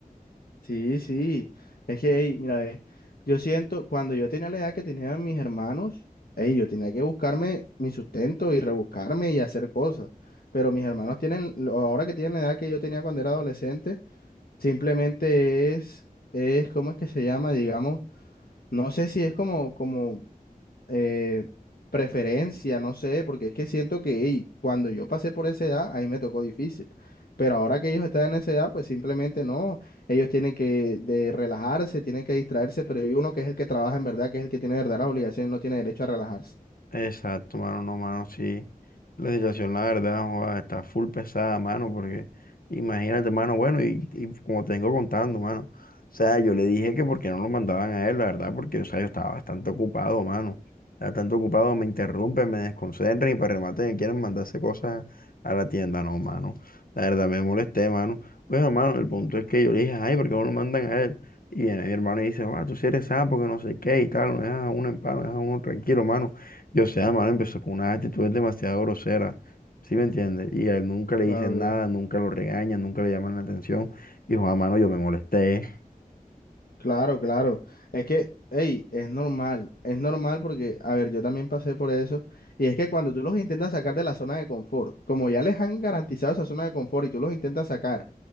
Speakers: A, on the left (about 80°); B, on the left (about 70°).
A: Sí, sí. Es que, ey, mira, ve, yo siento, cuando yo tenía la edad que tenían mis hermanos, ey, yo tenía que buscarme mi sustento y rebuscarme y hacer cosas. Pero mis hermanos tienen, lo- ahora que tienen la edad que yo tenía cuando era adolescente, simplemente es, es, ¿cómo es que se llama? Digamos, no sé si es como, como eh, preferencia, no sé, porque es que siento que ey, cuando yo pasé por esa edad, ahí me tocó difícil. Pero ahora que ellos están en esa edad, pues simplemente no. Ellos tienen que de relajarse, tienen que distraerse, pero hay uno que es el que trabaja en verdad, que es el que tiene verdaderas obligaciones, no tiene derecho a relajarse.
B: Exacto, mano, no, mano, sí. La situación, la verdad, joda, está full pesada, mano, porque imagínate, mano, bueno, y, y como te vengo contando, mano, o sea, yo le dije que porque no lo mandaban a él, la verdad, porque, o sea, yo estaba bastante ocupado, mano, estaba bastante ocupado, me interrumpen, me desconcentran y para remate me quieren mandarse cosas a la tienda, no, mano, la verdad, me molesté, mano. Bueno, mano, el punto es que yo le dije, ay, ¿por qué no lo mandan a él? Y viene mi hermano y dice, ah, tú sí eres sapo, que no sé qué y tal, me dejas a uno en paz, me dejas a uno tranquilo, mano. Yo sé, mano, empezó con unas actitudes demasiado groseras, ¿sí me entiendes? Y a él nunca le
A: Claro,
B: dicen
A: claro.
B: nada, nunca lo regañan, nunca le llaman la atención. Y Juan, mano, yo me molesté.
A: Claro, claro. Es que, hey, es normal, es normal porque, a ver, yo también pasé por eso. Y es que cuando tú los intentas sacar de la zona de confort, como ya les han garantizado esa zona de confort y tú los intentas sacar,